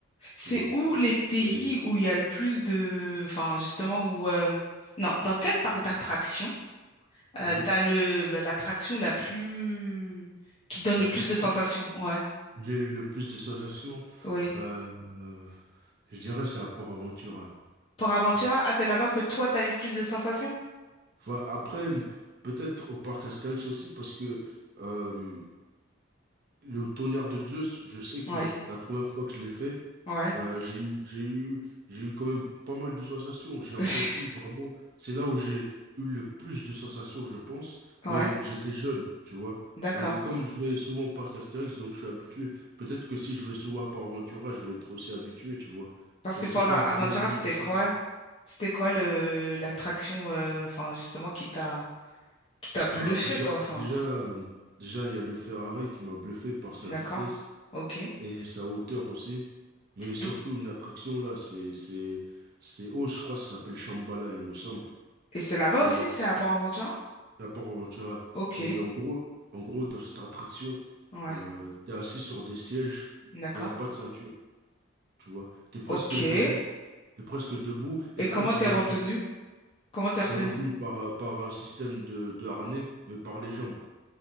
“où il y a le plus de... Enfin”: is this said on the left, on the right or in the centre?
Left